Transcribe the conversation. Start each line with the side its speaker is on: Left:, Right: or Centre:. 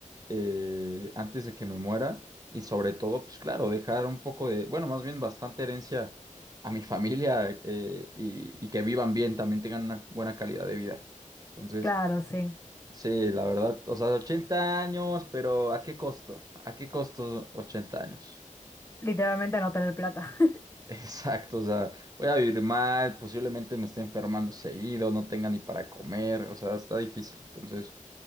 Right: eh, antes de que me muera. Y sobre todo, pues claro, dejar un poco de, bueno, más bien bastante herencia a mi familia eh, y, y que vivan bien, también tengan una buena calidad de vida. Entonces,
Left: Claro, sí.
Right: Sí, la verdad, o sea, 80 años, pero ¿a qué costo? ¿A qué costo 80 años?
Left: Literalmente no tener plata.
Right: <laughs> Exacto, o sea, voy a vivir mal, posiblemente me esté enfermando seguido, no tenga ni para comer, o sea, está difícil, entonces,